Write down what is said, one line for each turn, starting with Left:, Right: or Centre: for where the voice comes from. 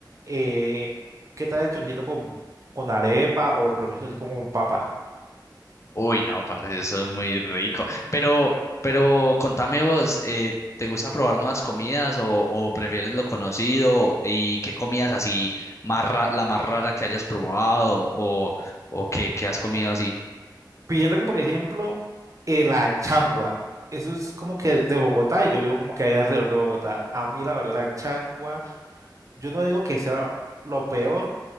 Right: eh, ¿qué tal el choricito con, con arepa o lo prefiero así como con papa?
Left: Uy, no, parece eso es muy rico. Pero, pero contame vos, eh, ¿te gusta probar nuevas comidas o, o prefieres lo conocido? ¿Y qué comidas así más ra- la más rara que hayas probado o, o qué, qué has comido así?
Right: Fíjate que, por ejemplo, eh, la changua, eso es como que de Bogotá y yo vivo como que ahí alrededor de Bogotá. A mí, la verdad, la changua, yo no digo que sea lo peor,